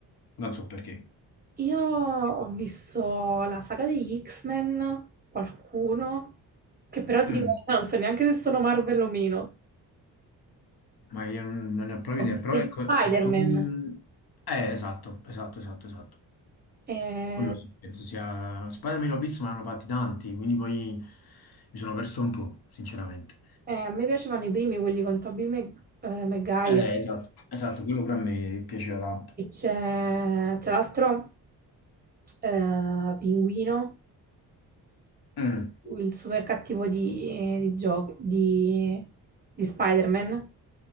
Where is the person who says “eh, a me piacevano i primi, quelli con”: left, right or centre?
Right